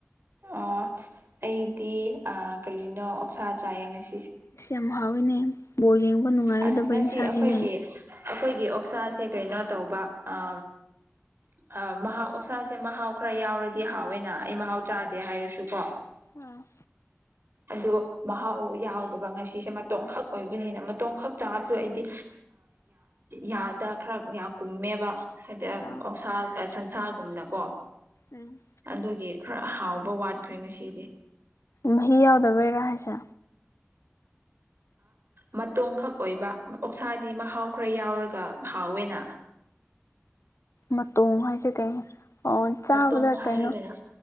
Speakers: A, on the right (about 55°); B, on the left (about 80°).
A: ꯑꯣ ꯑꯩꯗꯤ ꯀꯔꯤꯅꯣ ꯑꯣꯛꯁꯥ ꯆꯥꯏꯌꯦꯡ ꯉꯁꯤ꯫
B: ꯑꯩ ꯌꯥꯝ ꯍꯥꯎꯋꯤꯅꯦ ꯕꯣꯔ ꯌꯦꯡꯕ ꯅꯨꯡꯉꯥꯏꯒꯗꯕ
A: ꯑꯁ ꯉꯁꯤ
B: ꯏꯟꯁꯥꯅꯤꯅꯦ꯫
A: ꯑꯩꯈꯣꯏꯒꯤ ꯑꯩꯈꯣꯏꯒꯤ ꯑꯣꯛꯁꯥꯁꯦ ꯀꯩꯅꯣ ꯇꯧꯕ ꯑ꯫ ꯑ ꯃꯍꯥꯎ ꯑꯣꯛꯁꯥꯁꯦ ꯃꯍꯥꯎ ꯈꯔ ꯌꯥꯎꯔꯗꯤ ꯍꯥꯎꯋꯦꯅ ꯑꯩ ꯃꯍꯥꯎ ꯆꯥꯗꯦ ꯍꯥꯏꯔꯁꯨꯀꯣ
B: ꯑꯥꯝ
A: ꯑꯗꯣ ꯃꯍꯥꯎ ꯌꯥꯎꯗꯕ ꯉꯁꯤꯁꯦ ꯃꯇꯣꯡꯈꯛ ꯑꯣꯏꯕꯅꯤꯅ ꯃꯇꯣꯡꯈꯛ ꯆꯥꯕꯁꯨ ꯑꯩꯗꯤ ꯌꯥꯗ ꯈꯔ ꯌꯥ ꯀꯨꯝꯃꯦꯕ ꯍꯥꯏꯗꯤ
B: ꯎꯝ
A: ꯑꯣꯛꯁꯥ ꯁꯟꯁꯥꯒꯨꯝꯅꯀꯣ
B: ꯎꯝ
A: ꯑꯗꯨꯒꯤ ꯈꯔ ꯍꯥꯎꯕ ꯋꯥꯠꯈ꯭ꯔꯦ ꯉꯁꯤꯗꯤ
B: ꯃꯍꯤ ꯌꯥꯎꯗꯕꯩꯔꯥ ꯍꯥꯏꯁꯦ
A: ꯃꯇꯣꯡꯈꯛ ꯑꯣꯏꯕ ꯑꯣꯛꯁꯥꯗꯤ ꯃꯍꯥꯎ ꯈꯔ ꯌꯥꯎꯔꯒ ꯍꯥꯎꯋꯦꯅ
B: ꯃꯇꯣꯡ ꯍꯥꯏꯁꯦ ꯀꯩ ꯑꯣ ꯆꯥꯕꯗ
A: ꯃꯇꯣ ꯍꯥꯏꯔꯒꯅ
B: ꯀꯩꯅꯣ